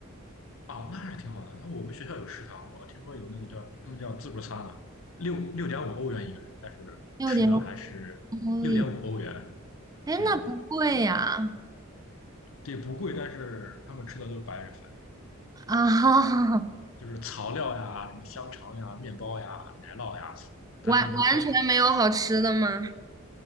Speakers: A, on the left; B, on the right.
A: 哦，那还是挺好的。那我们学校有食堂，我听说有那个叫他们叫自助餐的，六六点五欧元一个人，但是吃的还是六点五欧元，
B: 六点多一，哎，
A: 对，
B: 那不贵呀！
A: 这不贵，但是他们吃的都是白人饭。
B: 啊，<laughs>
A: 就是草料呀、什么香肠呀、面包呀、奶酪呀，
B: 完完全没有好吃的吗？
A: 它是还有